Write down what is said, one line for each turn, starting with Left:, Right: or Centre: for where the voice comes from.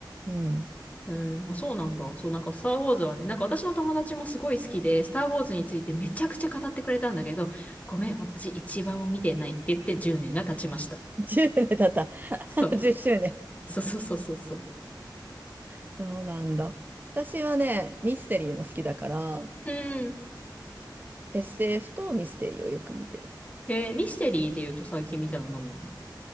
Right: うん。
Left: えー、まあそうなんだ。そう、なんか、スター・ウォーズはね、なんか私の友達もすごい好きで、スター・ウォーズについてめちゃくちゃ語ってくれたんだけど、ごめん、私一番も見てないって言って10年が経ちました。
Right: 10年経った。<laughs>
Left: そう。
Right: 10周年。
Left: そうそうそうそうそう。
Right: そうなんだ。私はね、ミステリーも好きだから、
Left: うん。
Right: SF とミステリーをよく見てる。
Left: えーミステリーで言うと最近見たの何なの